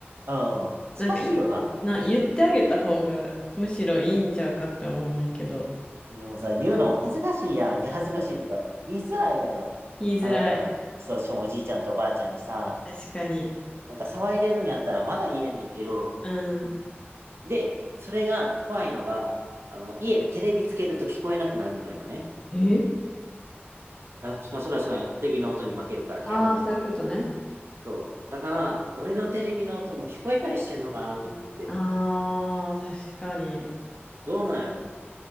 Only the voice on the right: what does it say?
うん。しかしいよな。
でもさ、言うの恥ずかしいやん。いや、恥ずかしいとか、言いづらいやん。
あなたの、そう、しかもおじいちゃんとおばあちゃんにさ、
なんか騒いでるんやったらまだ言えんねんけど、
で、それが怖いのが、あの、家でテレビつけると聞こえなくなるのよね。
あ、まあ、それはそうや。テレビの音に負けるから、
部屋の中も。
そう。だから、俺のテレビの音も聞こえたりしてんのかなと思って。
どうなんやろ。